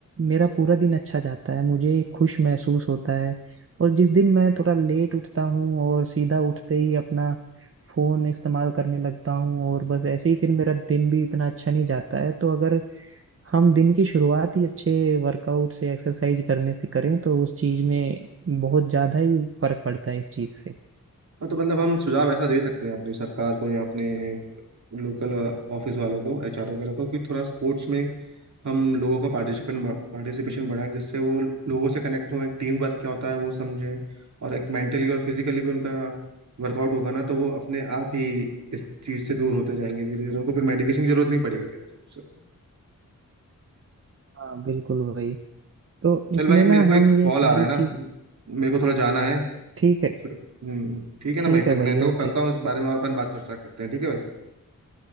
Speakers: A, on the right; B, on the right.
A: मेरा पूरा दिन अच्छा जाता है मुझे खुश महसूस होता है और जिस दिन मैं थोड़ा लेट उठता हूँ और सीधा उठते ही अपना फोन इस्तेमाल करने लगता हूँ और बस ऐसे ही फिर मेरा दिन भी इतना अच्छा नहीं जाता है तो अगर हम दिन की शुरुआत ही अच्छे वर्कआउट से एक्सरसाइज करने से करें तो उस चीज में बहुत ज्यादा ही फर्क पड़ता है इस चीज से
B: हाँ, तो मतलब हम सुझाव ऐसा दे सकते हैं अपनी सरकार को या अपने लोकल ऑफिस वालों को एचआर वगैरह को कि थोड़ा स्पोर्ट्स में हम लोगों का पार्टिसिपेशन पार्टिसिपेशन बढ़ाए जिससे वो लोगों से कनेक्ट हो टीम वर्क क्या होता है वो समझे और एक मेंटली और फिजिकली भी उनका वर्कआउट होगा ना तो वो अपने आप ही इस चीज से दूर होते जाएंगे धीरे धीरे उनको फिर मेडिकेशन की जरूरत नहीं पड़ेगी मेरे हिसाब से
A: हाँ बिल्कुल भाई तो
B: चल
A: इसमें
B: भाई मेरे
A: ना
B: को एक
A: हम ये
B: कॉल
A: सारी
B: आ रहा है ना
A: चीज
B: मेरे को थोड़ा जाना है
A: ठीक है
B: फिर- हम्म, ठीक है
A: ठीक
B: ना भाई फिर
A: है
B: मैं
A: भाई
B: तेरे
A: ओके
B: को करता हूँ इस बारे में और अपन बात चर्चा करते हैं ठीक है भाई